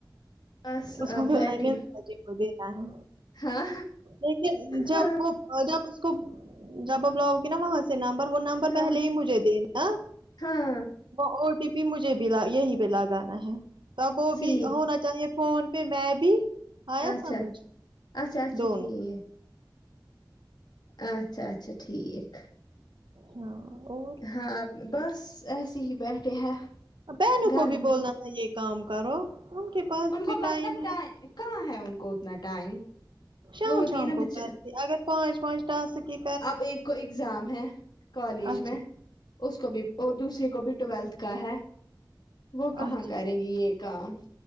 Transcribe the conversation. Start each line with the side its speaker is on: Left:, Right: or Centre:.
Left: بس
Right: اس کو
Left: آپ
Right: بھی
Left: بیٹھی
Right: لیمینس ہے لوگے کا ہے
Left: ہاں
Right: لیکن جب
Left: ہاں
Right: وہ اور جب اس کو جب اپ لاؤ گے نا وہاں سے نمبر وہ نمبر پہلے
Left: ہاں
Right: ہی مجھے دینا
Left: ہاں
Right: وہ او ٹی پی مجھے بھی یہی پہ لگانا ہے تو وہ
Left: ٹھیک
Right: بھی ہونا چاہیے فون پہ میں بھی آیا
Left: اچھا
Right: سمجھ
Left: اچھا اچھا
Right: دونوں
Left: ٹھیک اچھا اچھا ٹھیک
Right: ہاں اور
Left: ہاں بس ایسے ہی بیٹھے ہیں
Right: بہنوں
Left: گرمی
Right: کو بھی بولنا تھا یہ کام کرو ان کے پاس
Left: ان
Right: بھی
Left: کو متنا
Right: ٹائم ہے
Left: کہاں ہے ان کو اتنا ٹائم
Right: شام
Left: وہ ہوتی
Right: شام
Left: ہے نا
Right: کو
Left: بچ
Right: کرتے اگر پانچ پانچ ٹاسک کے
Left: اب ایک کو ایگزام ہے کالج
Right: اچھا
Left: میں اس کو بھی اور دوسرے کو بھی ٹویلتھ کا ہے وہ کہاں
Right: اچھا
Left: کریں گی یہ کام